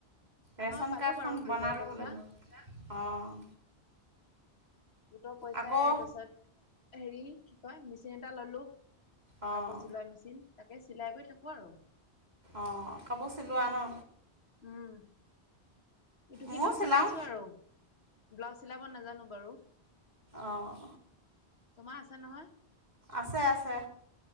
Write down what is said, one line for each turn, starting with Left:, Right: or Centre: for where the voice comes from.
Left: আমাৰ
Right: ৰেচন
Left: পালো
Right: কাৰ্ডখন
Left: বাৰু গোটৰ
Right: বনাই
Left: পইচা,
Right: ল'ব লাগিব অঁ
Left: গোটৰ পইচাই
Right: আকৌ
Left: পাৰছত হেৰি কি কয় মি মেচিন এটা ল'লোঁ
Right: অঁ
Left: কাপোৰ চিলোৱা মেচিন তাকে চিলাই কৰি থাকোঁ আৰু
Right: অঁ কাপোৰ চিলোৱা ন
Left: উম ইটো সিটো
Right: ময়ো চিলাওঁ
Left: চিলাইছো আৰু ব্লাউজ চিলাব নাজানো বাৰু
Right: আহ
Left: তোমাৰ আছে নহয়
Right: আছে আছে